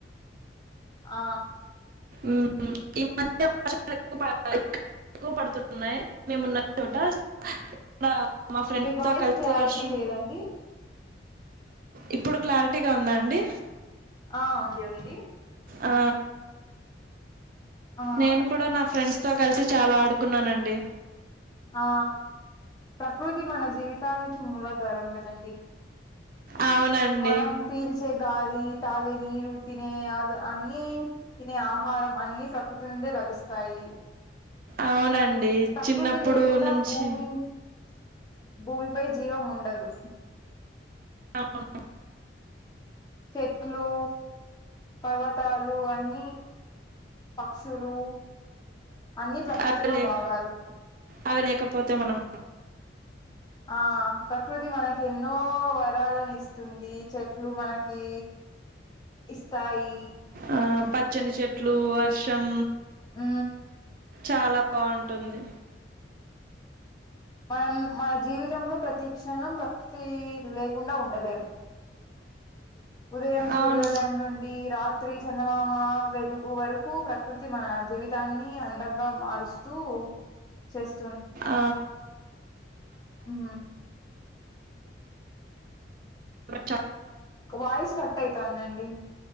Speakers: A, on the left; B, on the right.
A: ఆ
B: మ్మ్ ఈ మధ్య వర్షాలు ఎక్కు ఎక్కువ పడుతున్నాయి మేమున్న చోట ఇక్కడ మా ఫ్రెండ్స్తో
A: మీ వాయిస్
B: కలిసి
A: క్లారిటీ
B: వర్షం
A: లేదండి
B: ఇప్పుడు క్లారిటీగా ఉందా అండి.
A: ఆ ఉంది ఉంది.
B: ఆ,
A: ఆ
B: నేను కూడ నా ఫ్రెండ్స్ తో కలిసి చాలా ఆడుకు కున్నానండి.
A: ఆ ప్రకృతి మన జీవితానికి మూలధరం కదండి
B: అవునండి
A: మనం పీల్చే గాలి తాగే నీరు తినే అ అన్ని తినే ఆహారం అన్ని ప్రకృతి నుండే లభిస్తాయి.
B: అవునండి
A: ప్ర ప్రకృతి
B: చిన్నప్పుడు
A: లేకుండా
B: నుంచి
A: భూమి భూమిపై జీవం ఉండదు
B: అవును
A: చెట్లు పర్వతాలు అన్నీ పక్షులు అన్ని ప్రకృతిలో
B: అదే
A: భాగాలు
B: అవి లేకపోతే మనం
A: ఆ ప్రకృతి మనకి ఎన్నో వరాలను ఇస్తుంది చెట్లు మనకి ఇస్తాయి.
B: ఆ పచ్చని చెట్లు వర్షం
A: ఊ
B: చాలా బాగుంటుంది
A: మనం మన జీవితంలో ప్రతీ క్షణం ప్రకృతి లేకుండా ఉండలేము ఉదయం సూర్యోదయం
B: అవును
A: నుండి రాత్రి చందమామ వెలుగు వరకు ప్రకృతి మన జీవితాన్ని అందంగా మారుస్తూ చేస్
B: ఆ
A: హూ
B: చన్
A: వాయిస్ కట్ అయితాందండి.